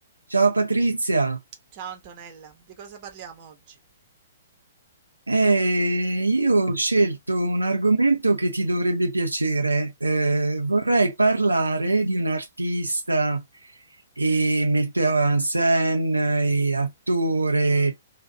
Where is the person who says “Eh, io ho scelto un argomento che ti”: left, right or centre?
Right